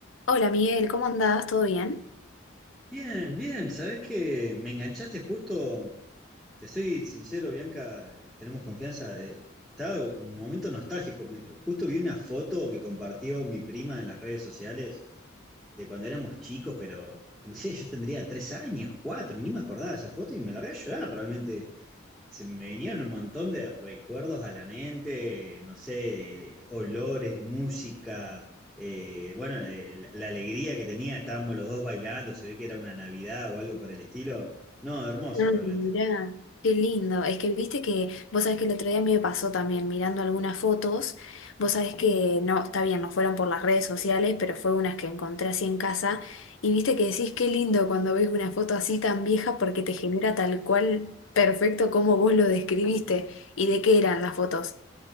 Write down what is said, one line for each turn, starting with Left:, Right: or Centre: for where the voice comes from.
Left: Hola Miguel, ¿cómo andás? ¿Todo bien?
Centre: Bien, bien, ¿sabés que Me enganchaste justo, te soy sincero, Bianca, eh, tenemos confianza. eh, estaba un momento nostálgico, me- justo vi una foto que compartió mi prima en las redes sociales de cuando éramos chicos, pero no sé, yo tendría tres años, cuatro, ni me acordaba de esa foto y me largué a llorar realmente se me vinieron un montón de recuerdos a la mente, no sé, de, de olores, música, eh, bueno, eh, la, la alegría que tenía, estábamos los dos bailando, se ve que era una Navidad o algo por el estilo. No, hermoso
Left: Ay,
Centre: realmente.
Left: mira. Qué lindo. Es que viste que, vos sabés que el otro día a mí me pasó también mirando algunas fotos. Vos sabés que, no, está bien, no fueron por las redes sociales, pero fue unas que encontré así en casa. Y viste que decís qué lindo cuando ves una foto así tan vieja porque te genera tal cual perfecto como vos lo describiste. ¿Y de qué eran las fotos?